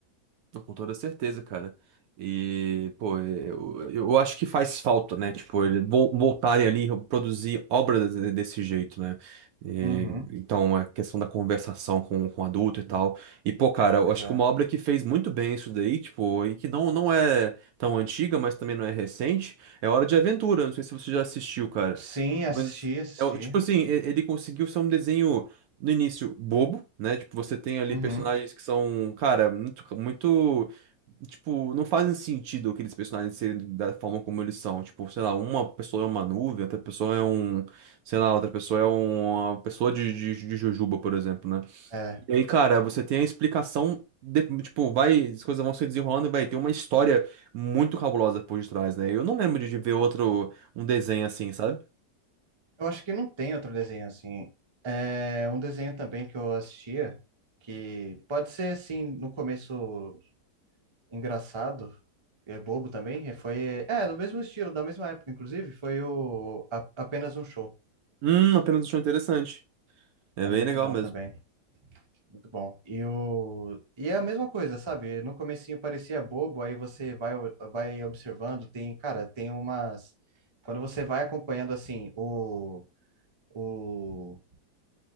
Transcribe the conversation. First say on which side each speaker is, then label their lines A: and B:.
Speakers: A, on the right (about 70°); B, on the right (about 35°).
A: Não, Com toda certeza, cara. E, pô, eu, eu acho que faz falta, né? Tipo, ele vol- voltarem ali a produzir obras de- desse jeito, né? E,
B: Uhum.
A: então, a questão da conversação com, com adulto e tal. E, pô, cara, eu
B: Pois
A: acho
B: é.
A: que uma obra que fez muito bem isso daí, tipo, e que não, não é tão antiga, mas também não é recente, é Hora de Aventura. Não sei se você já assistiu, cara.
B: Sim,
A: Mas,
B: assisti, assisti.
A: é, o- tipo assim, e- ele conseguiu ser um desenho no início bobo, né? Tipo, você tem ali
B: Uhum,
A: personagens que são, cara, muito, muito, tipo, não fazem sentido aqueles personagens serem da forma como eles são. Tipo, sei lá, uma pessoa é uma nuvem, outra pessoa é um, sei lá, outra pessoa é uma pessoa de, de, de jujuba, por exemplo, né?
B: é.
A: E aí, cara, você tem a explicação de- tipo, vai, as coisas vão se desenrolando e vai ter uma história muito cabulosa por detrás, né? Eu não lembro de de ver outro, um desenho assim, sabe?
B: Eu acho que não tem outro desenho assim. É um desenho também que eu assistia, que pode ser assim, no começo engraçado, é bobo também, e foi. É, do mesmo estilo, da mesma época, inclusive, foi o A- Apenas um Show.
A: Hum, apenas achou interessante. É
B: É
A: bem
B: muito
A: legal
B: bom
A: mesmo.
B: também. Muito bom. E, o... e é a mesma coisa, sabe? No comecinho parecia bobo, aí você vai, vai observando, tem, cara, tem umas. Quando você vai acompanhando assim, o O,